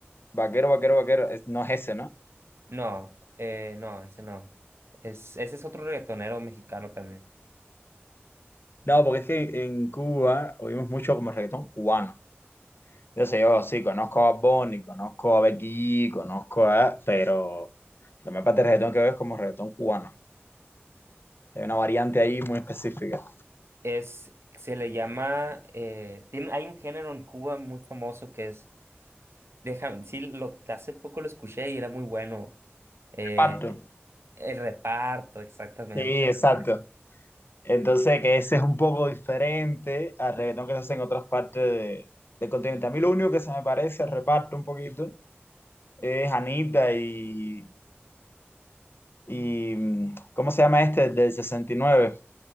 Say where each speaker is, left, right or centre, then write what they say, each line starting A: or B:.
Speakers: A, on the left; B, on the right.
A: vaquero, vaquero, vaquero, es- no es ese, ¿no?
B: No, eh, no, ese no. Es, ese es otro reggaetonero mexicano también.
A: No, porque es que en Cuba oímos mucho como reggaetón cubano. Yo sé, yo sí, conozco a Bonnie, conozco a Becky, conozco a, pero la mayor parte del reggaetón que veo es como reggaetón cubano. Hay una variante ahí muy específica.
B: Es, se le llama, eh, tiene, hay un género en Cuba muy famoso que es, déjame, sí, lo, hace poco lo escuché y era muy bueno. Eh,
A: Reparto.
B: el reparto, exactamente.
A: Sí,
B: el
A: exacto.
B: reparto.
A: Entonces, que ese es un poco diferente al reggaetón que se hace en otras partes de- del continente. A mí lo único que se me parece, al reparto un poquito, es Anita y, y mm, ¿cómo se llama este? El del 69.